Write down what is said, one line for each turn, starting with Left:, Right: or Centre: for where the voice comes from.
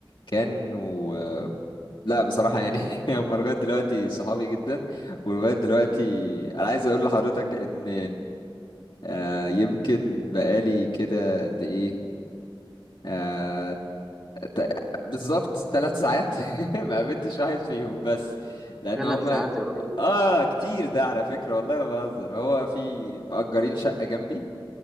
Left: كانوا آه، لا بصراحه يعني <laughs> هم لغايه دلوقتي صحابي جدا ولغايه دلوقتي انا عايز اقول لحضرتك ان آه، يمكن بقالي كده قد ايه آه، ت- بالظبط ثلاث ساعات <laughs> ما قابلتش واحد فيهم بس لان
Centre: ثلاث
Left: هم
Centre: ساعات يا راجل
Left: اه كتير ده على فكرة والله ما بهزر هو في مأجرين شقة جنبي